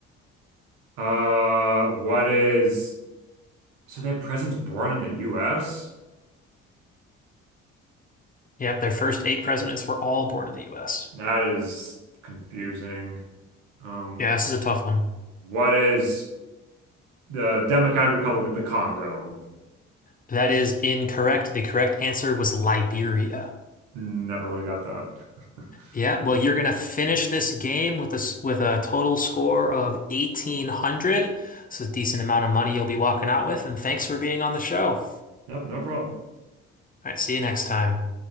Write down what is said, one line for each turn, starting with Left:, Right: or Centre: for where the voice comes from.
Right: uh, what is so that president's born in the U.S.?
Left: Yep, their first eight presidents were all born in the U.S.
Right: That is confusing. Um,
Left: Yeah, this is a tough one.
Right: what is the Democratic Republic of the Congo.
Left: That is incorrect. The correct answer was Liberia.
Right: Never would have got that. <laughs>
Left: Yeah, well, you're gonna finish this game with a s- with a total score of 1800. It's a decent amount of money you'll be walking out with, and thanks for being on the show. All
Right: Yep, no problem.
Left: right, see you next time.